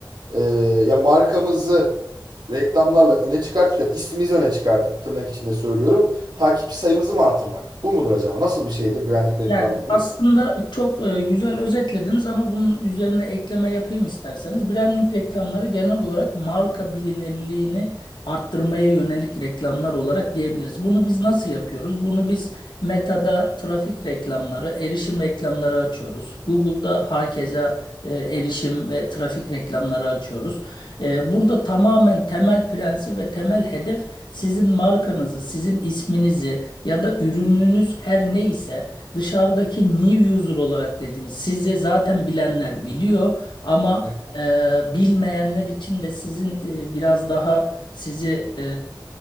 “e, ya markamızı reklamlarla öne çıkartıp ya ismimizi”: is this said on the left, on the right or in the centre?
Right